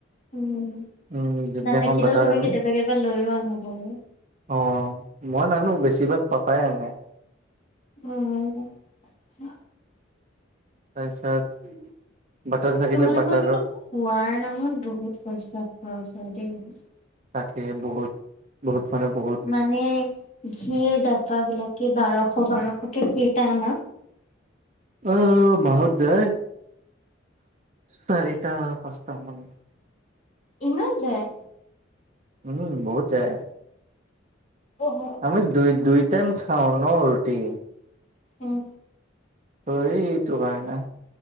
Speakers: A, on the left; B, on the right.
A: উম,
B: উম যোনদিনাখন
A: নাথাকিলেও
B: বাটাৰ
A: তুমি
B: আনো
A: কেতিয়াবা কেতিয়াবা লৈয়ো আহো গৈ
B: অ, মই নানো, বেছিভাগ পাপাই আনে।
A: উম, আচ্ছা
B: তাৰপিছত বাটাৰ থাকিলে
A: তোমালোকৰ
B: বাটাৰ
A: কিন্তু খোৱাৰ নামত বহুত পইচা খৰচ হয় দেই।
B: তাকে বহুত বহুত। মানে বহুত
A: মানে ঘিৰ ডবা বিলাক কি বাৰশ বাৰশকে কেইটা আনা?
B: আহ মাহত যায় চাৰিটা পাঁচটা মান।
A: ইমান যায়।
B: উম, বহুত যায়।
A: অ'
B: আমি দুই দুই টাইম খাওঁ ন ৰুটি।
A: উম।
B: ত' এই এইটো কাৰণে।